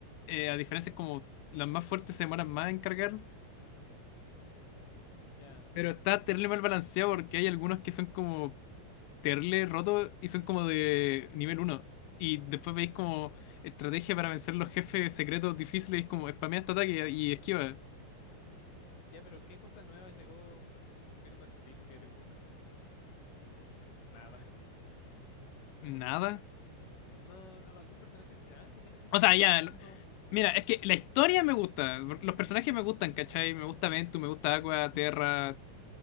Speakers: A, on the left (about 90°); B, on the left (about 70°).
A: eh, a diferencia es como las más fuertes se demoran más en cargar.
B: ya.
A: Pero está terrible mal balanceado porque hay algunos que son como terrible rotos y son como de nivel uno Y después veis como estrategia para vencer los jefes secretos difíciles, como spamea este ataque y esquiva.
B: Ya, pero ¿qué cosa nueva agregó Birth by Sleep que te gusta? Nada.
A: Nada.
B: No, algún personaje original que tenga este juego,
A: O sea,
B: algún
A: ya.
B: mundo.
A: lo- Mira, es que la historia me gusta. Los personajes me gustan, ¿cachai? Me gusta Ventu, me gusta Aqua, Terra.